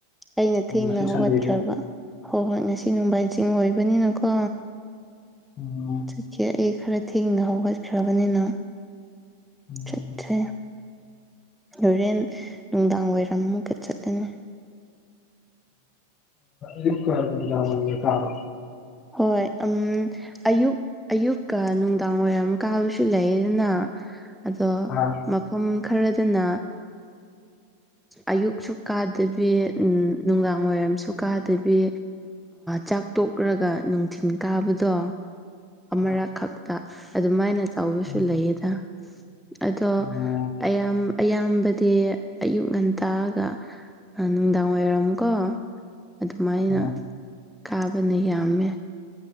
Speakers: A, in the centre; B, on the left (about 30°).
A: ꯑꯩꯅ ꯊꯦꯡꯅ
B: ꯑꯣ ꯉꯁꯤ
A: ꯍꯧꯒꯠꯈ꯭ꯔꯕ
B: ꯁꯟꯗꯦꯁꯦ
A: ꯍꯣꯏ ꯍꯣꯏ ꯉꯁꯤ ꯅꯣꯡꯕꯥꯏ ꯆꯤꯡ ꯑꯣꯏꯕꯅꯤꯅꯀꯣ
B: ꯎꯝ
A: ꯆꯠꯀꯦ ꯑꯩ ꯈꯔ ꯊꯦꯡꯅ ꯍꯧꯒꯠꯈ꯭ꯔꯕꯅꯤꯅ
B: ꯎꯝ
A: ꯆꯠꯁꯦ ꯍꯣꯔꯦꯟ ꯅꯨꯡꯗꯥꯡ ꯋꯥꯏꯔꯝ ꯑꯃꯨꯛꯀ ꯆꯠꯂꯅꯤ
B: ꯝꯔ ꯀꯥꯔ
A: ꯍꯣꯏ ꯎꯝ ꯑꯌꯨꯛ ꯑꯌꯨꯛꯀ ꯅꯨꯡꯗꯥꯡ ꯋꯥꯏꯔꯝ ꯀꯥꯕꯁꯨ ꯂꯩꯗꯅ ꯑꯗꯣ
B: ꯑꯥ
A: ꯃꯐꯝ ꯈꯔꯗꯅ ꯑꯌꯨꯛꯁꯨ ꯀꯥꯗꯕꯤ ꯅꯨꯡꯗꯥꯡ ꯋꯥꯏꯔꯝꯁꯨ ꯀꯥꯗꯕꯤ ꯆꯥꯛ ꯇꯣꯛꯂꯒ ꯅꯨꯡꯊꯤꯤꯟ ꯀꯥꯕꯗꯣ ꯑꯃꯔꯛ
B: ꯑꯥ
A: ꯈꯛꯇ ꯑꯗꯨꯃꯥꯏꯅ ꯇꯧꯕꯁꯨ
B: ꯎꯝ
A: ꯂꯩꯌꯦꯗ ꯑꯗꯣ
B: ꯑꯣ
A: ꯑꯌꯥꯝ ꯑꯌꯥꯝꯕꯗꯤ ꯑꯌꯨꯛ ꯉꯟꯇꯥꯑꯒ ꯅꯨꯡꯗꯥꯡ ꯑꯣꯏꯔꯝꯀꯣ ꯑꯗꯨꯃꯥꯏꯅ
B: ꯑꯥ
A: ꯀꯥꯕꯅ ꯌꯥꯝꯃꯦ